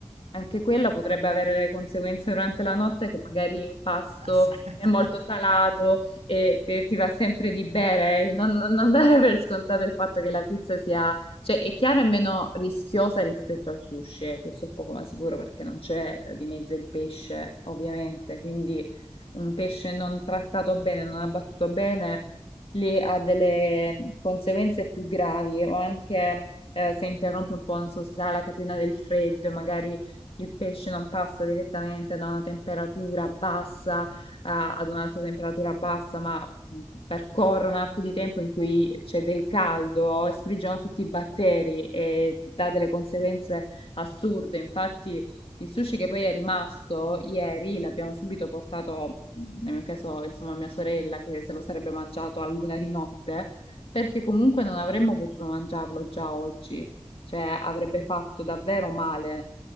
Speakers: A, on the left (about 55°); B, on the right (about 85°).
A: anche quella
B: Ah,
A: potrebbe avere le conseguenze durante la notte che magari l'impasto
B: Ah sì, <laughs>
A: è molto salato e, e ti va sempre di bere. Non, non- non dare per scontato il fatto che la pizza sia, cioè è chiaro è meno rischiosa rispetto al sushi, eh, questo è poco ma sicuro perché non c'è eh, di mezzo il pesce, ovviamente, quindi un pesce non trattato bene, non abbattuto bene, lì ha delle conseguenze più gravi o anche eh, se interrompe un po', non so se sarà la catena del freddo e magari il pesce non passa direttamente da una temperatura bassa, a- ad un'altra temperatura bassa, ma mh, percorre un arco di tempo in cui c'è del caldo, sprigiona tutti i batteri e dà delle conseguenze assurde. Infatti, il sushi che poi è rimasto ieri l'abbiamo subito portato, mh, nel mio caso, insomma, a mia sorella che se lo sarebbe mangiato a luna di notte perché comunque non avremmo potuto mangiarlo già oggi, cioè avrebbe fatto davvero male.